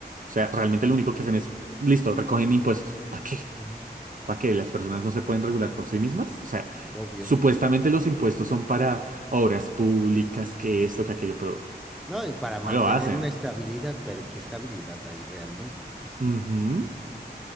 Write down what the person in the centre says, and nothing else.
Ujú,
Obvio.
No, y para mantener
una estabilidad, pero ¿qué estabilidad hay realmente?